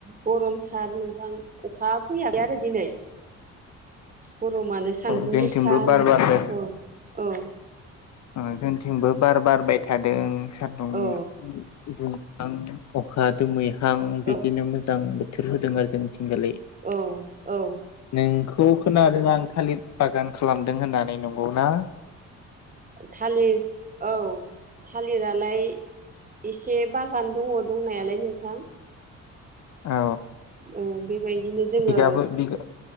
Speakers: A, on the right; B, on the left.
A: गरमथार नोंथां अखा फैयाखै आरो दिनै गरमानो सान्दुं
B: औ जोंथिंबो
A: गोसानो
B: बार
A: अ
B: बारदों
A: औ।
B: ओ जोंथिंबो बार बारबाय थादों सान्दुं
A: औ
B: दुंहां अखा दोमै आं बिदिनो
A: औ
B: मोजां बोथोर होदों आरो जोंनिथिं दालाय
A: औ औ
B: नों खौ खोनादों आं थालिर बागान खालामदों होननानै नंगौ ना?
A: थालिर औ थालिरालाय एसे बागान दङ दंनायालाय नोंथां।
B: औ
A: ओ बेबायदिनो जोङो
B: बिगाबो बिगा